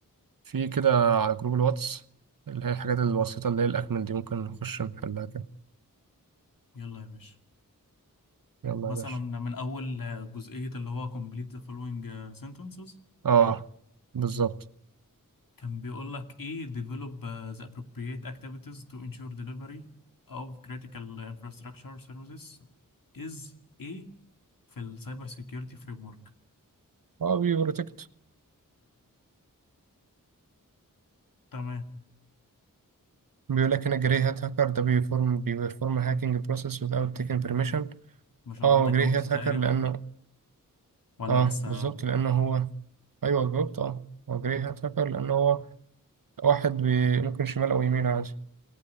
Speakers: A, on the right; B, on the left.
A: في كده على جروب الواتس اللي هي الحاجات البسيطه اللي هي الاكمل دي ممكن نخش نحلها كده
B: يلا يا باشا
A: يلا
B: مثلا
A: يا باشا
B: من اول آه، جزئيه اللي هو complete the following آه، sentences
A: اه بالظبط
B: كان بيقول لك ايه develop uh, the appropriate activities to ensure delivery of critical infrastructure services is ايه في السايبر سيكيورتي فريم ورك
A: اه بي بروتكت
B: تمام
A: بيقول لك هنا جري هات هاكر ده بيفورم بيفورم هاكينج بروسيس without taking permission
B: ما شاء
A: اه
B: الله انت
A: هو
B: جاوبت
A: جري هات
B: تقريبا
A: هاكر لانه
B: ولا
A: اه
B: لسه
A: بالظبط لانه هو ايوه جاوبت اه هو جري هات هاكر لانه هو واحد بي... ممكن شمال او يمين عادي